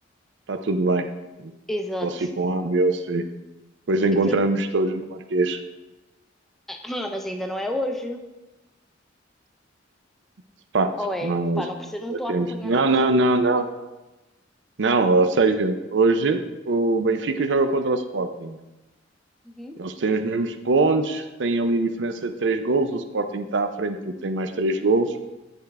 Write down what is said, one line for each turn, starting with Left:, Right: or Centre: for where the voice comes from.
Right: está tudo bem.
Centre: Exato.
Right: Posso ir com A, B ou C. Depois encontramos
Centre: Eu pre-
Right: todos no Marquês.
Centre: Ah, mas ainda não é hoje.
Right: De facto,
Centre: Ou é?
Right: nós
Centre: Pá, não percebo,
Right: ainda
Centre: não estou
Right: temos.
Centre: a acompanhar
Right: Não,
Centre: nada deste
Right: não,
Centre: campeonato.
Right: não, não. Não, ou seja, hoje o Benfica joga contra o Sporting.
Centre: Uhum.
Right: Eles têm os mesmos pontos, têm ali diferença de três golos. O Sporting está à frente porque tem mais três golos.